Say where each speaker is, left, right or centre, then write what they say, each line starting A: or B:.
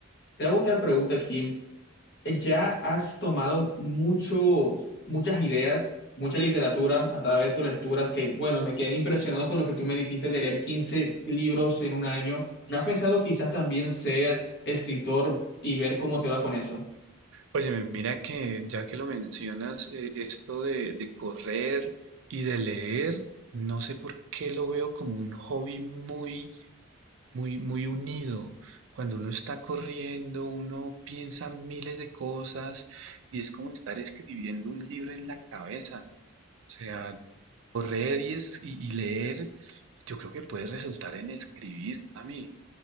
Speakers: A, on the left; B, on the right.
A: Te hago otra pregunta aquí. ya has tomado muchos, muchas ideas, mucha literatura a través de tus lecturas que, bueno, me quedé impresionado con lo que tú me dijiste de leer 15 libros en un año. ¿No has pensado quizás también ser escritor y ver cómo te va con eso?
B: Oye, mira que ya que lo mencionas, eh, esto de, de correr y de leer, no sé por qué lo veo como un hobby muy muy, muy unido. Cuando uno está corriendo, uno piensa miles de cosas y es como estar escribiendo un libro en la cabeza. O sea, correr y, es- y- y leer, yo creo que puede resultar en escribir, Cami.